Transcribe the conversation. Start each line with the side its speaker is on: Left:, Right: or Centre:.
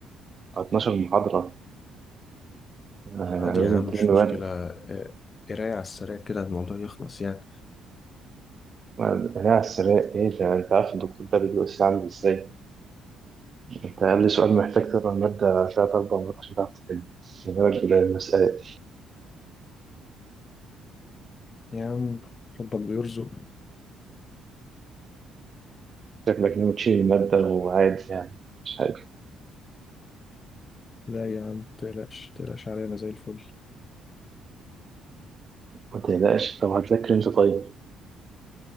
Right: على 12 محاضرة آه،
Left: عادي
Right: لازم
Left: يا عم
Right: تلم
Left: مش
Right: المادة،
Left: مشكله آه، قرايه على السريع كده الموضوع يخلص يعني
Right: هي على السراق إيه ده؟ أنت عارف الدكتور ده بيجي الساعة عامل إزاي؟ انت قبل سؤال محتاج تقرا المادة تلات أربع مرات عشان تعرف تحل ما بالك بالمسألة
Left: يا عم ربك بيرزق
Right: شكلك ناوي تشيل المادة وعادي يعني مش حاجة
Left: لا يا عم متقلقش متقلقش عليا انا زي الفل
Right: ما تقلقش طب هتذاكر انت طيب